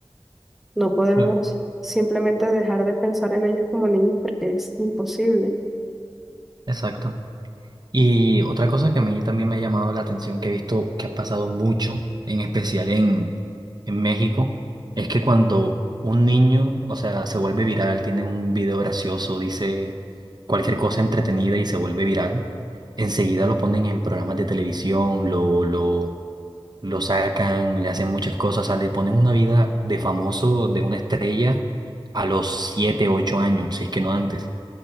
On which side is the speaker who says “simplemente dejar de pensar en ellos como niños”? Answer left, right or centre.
Centre